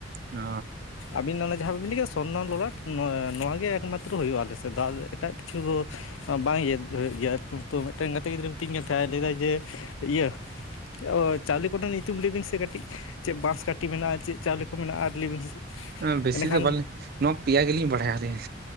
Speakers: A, on the right; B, on the left.
A: ᱚᱻ
B: ᱟᱹᱵᱤᱱ ᱚᱱᱮ ᱡᱟᱦᱟᱸ ᱵᱟᱵᱤᱱ ᱞᱟᱹᱭ ᱠᱮᱫᱟ ᱥᱚᱨᱱᱚ ᱞᱚᱞᱟᱴ ᱱᱚᱣᱟ ᱜᱮ ᱮᱠᱢᱟᱛᱨᱚ ᱦᱩᱭᱩᱜᱼᱟ ᱟᱞᱮᱥᱮᱫ ᱫᱚ ᱮᱴᱟᱜ ᱠᱤᱪᱷᱩ ᱫᱚ ᱵᱟᱝ ᱤᱭᱟᱹ ᱛᱚ ᱢᱤᱫᱴᱮᱱ ᱜᱟᱛᱮ ᱜᱤᱫᱽᱨᱟᱹ ᱢᱤᱛᱟᱹᱧ ᱠᱟᱱ ᱛᱟᱦᱮᱸ ᱞᱟᱹᱭᱫᱟᱭ ᱡᱮ ᱤᱭᱟᱹ ᱚᱻ ᱪᱟᱣᱞᱮ ᱠᱚᱴᱟ ᱧᱩᱛᱩᱢ ᱞᱟᱹᱭᱵᱤᱱ ᱥᱮ ᱠᱟᱹᱴᱤᱡ ᱪᱮᱫ ᱵᱟᱸᱥ ᱠᱟᱹᱴᱤ ᱢᱮᱱᱟᱜᱼᱟ ᱪᱮᱫ ᱪᱟᱣᱞᱮ ᱠᱚ ᱢᱮᱱᱟᱜᱼᱟ ᱟᱨ ᱞᱟᱹᱭ ᱵᱤᱱ ᱥᱮ
A: ᱮ ᱵᱮᱥᱤ
B: ᱮᱸᱰᱮᱠᱷᱟᱱ
A: ᱫᱚ ᱵᱟᱞᱤᱧ ᱱᱚᱣᱟ ᱯᱮᱭᱟ ᱜᱮᱞᱤᱧ ᱵᱟᱲᱟᱭᱟ ᱟᱹᱞᱤᱧ